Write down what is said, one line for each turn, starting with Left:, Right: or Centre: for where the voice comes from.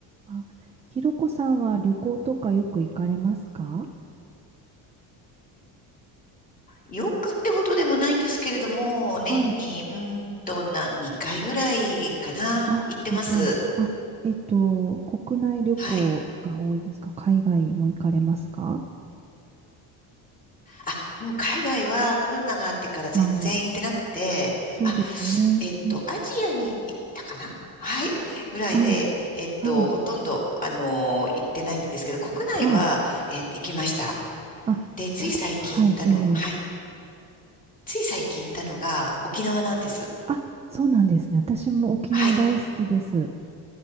Right: あ、ひろこさんは旅行とかよく行かれますか
Left: よくってほどでもないんですけれども、
Right: はい。
Left: 年に、うーんとな、2回ぐらいかな、
Right: あ、
Left: 行ってます。
Right: 2回。あ、えっと、国内旅行が多いですか海外も行かれますか
Left: はい。あ、もう海外はコロナがあってから全然行ってなくて、
Right: ああ、そうですね。
Left: あ、えっと、
Right: うん
Left: アジアに行ったかなはい。ぐらいで、
Right: あ、
Left: えっと、
Right: はい。
Left: ほとんど、あのー行ってないんですけど、国内は、
Right: はい。
Left: えっと、行きました。
Right: あ、
Left: で、
Right: さ、
Left: つい最近行ったの、
Right: はい、ええ。
Left: はい。つい最近行ったのが沖縄なんです。
Right: あ、そうなんですね。私も沖縄大好きです。
Left: はい。